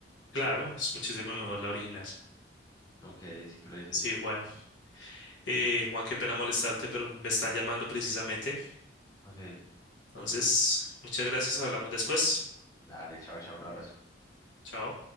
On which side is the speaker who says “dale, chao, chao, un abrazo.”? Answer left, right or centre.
Left